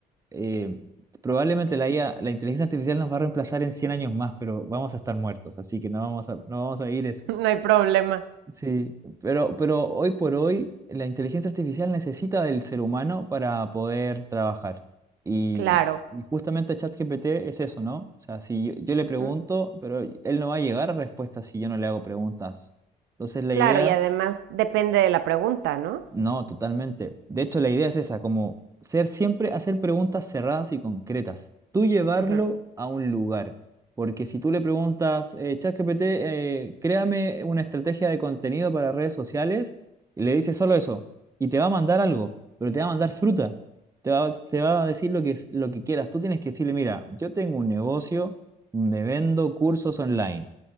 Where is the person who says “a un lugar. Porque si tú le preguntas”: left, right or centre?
Right